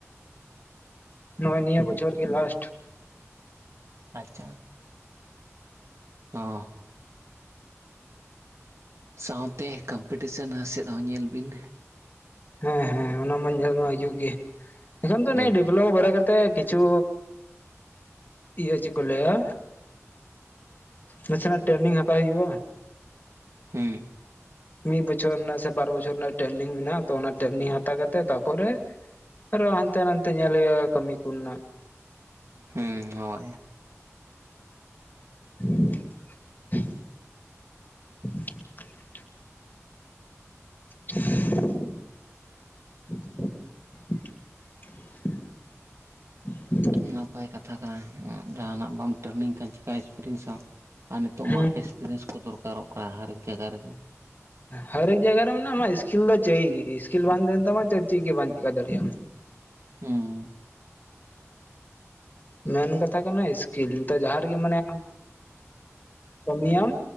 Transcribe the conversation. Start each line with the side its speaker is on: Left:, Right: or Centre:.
Left: ᱱᱚᱜᱼᱚᱭ ᱱᱤᱭᱟᱹ ᱵᱚᱪᱷᱚᱨ ᱜᱮ ᱞᱟᱥᱴ ᱾
Right: ᱟᱪᱷᱟ ᱚ᱾ ᱥᱟᱶᱛᱮ ᱠᱚᱢᱯᱤᱴᱤᱥᱮᱱ ᱥᱮᱫ ᱦᱚᱸ ᱧᱮᱞ ᱵᱤᱱ᱾
Left: ᱦᱮᱸ ᱦᱮᱸ ᱚᱱᱟ ᱢᱟ ᱧᱮᱞ ᱢᱟ ᱦᱩᱭᱩ ᱜᱮ ᱮᱠᱷᱚᱱ ᱫᱚ
Right: ᱦᱩᱸ
Left: ᱱ ᱰᱮᱵᱷᱞᱚᱯ ᱵᱟᱲᱟ ᱠᱟᱛᱮᱫ ᱛᱮ ᱠᱤᱪᱷᱩ, ᱤᱭᱟᱹ ᱪᱮᱫ ᱠᱚ ᱞᱟᱹᱭᱟ ᱱᱟᱥᱮᱱᱟᱜ ᱴᱨᱮᱱᱤᱝ ᱦᱟᱛᱟᱣ ᱦᱩᱭᱩᱜᱼᱟ ᱾
Right: ᱦᱩᱸ ᱾
Left: ᱢᱤᱫ ᱵᱚᱪᱷᱚᱨ ᱨᱮᱱᱟᱜ ᱥᱮ ᱵᱟᱨ ᱵᱚᱪᱷᱚᱨ ᱨᱮᱱᱟᱜ ᱴᱨᱮᱱᱤᱝ ᱢᱮᱱᱟᱜᱼᱟ ᱛᱚ ᱚᱱᱟ ᱴᱨᱮᱱᱤᱝ ᱦᱟᱛᱟᱣ ᱠᱟᱛᱮᱜ ᱛᱟᱨᱯᱚᱨᱮᱼᱼ ᱟᱨᱚ ᱦᱟᱱᱛᱮ ᱱᱟᱦᱛᱮ ᱧᱮᱞ ᱦᱩᱭᱩᱜᱼᱟ ᱠᱟᱹᱢᱤ ᱠᱩᱱᱱᱟ
Right: ᱦᱩᱸ ᱦᱳᱭ᱾
Left: <unintelligible> <unintelligible> <unintelligible>
Right: ᱱᱟᱯᱟᱭ ᱠᱟᱛᱷᱟ ᱠᱟᱱᱟ ᱡᱟᱦᱟᱱᱟᱜ ᱵᱟᱢ ᱴᱨᱮᱱᱤᱝ ᱠᱷᱟᱱ ᱪᱮᱠᱟ ᱮᱠᱥᱯᱨᱤᱭᱮᱱᱥᱟᱢ ᱾ ᱟᱨ ᱱᱤᱛᱚᱜ
Left: ᱦᱩᱸ
Right: ᱢᱟ ᱮᱠᱥᱯᱨᱤᱭᱮᱱᱥ ᱠᱚ ᱫᱚᱨᱠᱟᱨᱚᱜ ᱠᱟᱱᱟ ᱦᱟᱨᱮᱠ ᱡᱟᱭᱜᱟ ᱨᱮᱜᱮ᱾
Left: ᱦᱟᱨᱮᱠ ᱡᱟᱭᱜᱟ ᱨᱮ ᱢᱮᱱᱟᱜᱼᱟ ᱟᱢᱟᱜ ᱥᱠᱤᱞ ᱫᱚ ᱪᱟᱹᱦᱤᱜᱤ ᱜᱮ ᱥᱠᱤᱞ ᱵᱟᱝ ᱛᱟᱦᱮᱱ ᱛᱟᱢᱟ ᱪᱮᱫ ᱜᱮ ᱵᱟᱢ ᱪᱮᱟᱹ ᱫᱟᱲᱮᱭᱟᱜ ᱟᱢᱼᱼ
Right: ᱦᱩᱸ᱾
Left: ᱢᱮᱱ ᱠᱟᱛᱷᱟ ᱠᱟᱱᱟ ᱤᱥᱠᱤᱞ ᱱᱤᱛ ᱡᱟᱦᱟᱸ ᱨᱮᱜᱮ ᱢᱟᱱᱮᱼᱼ ᱠᱟᱹᱢᱤᱭᱟᱢ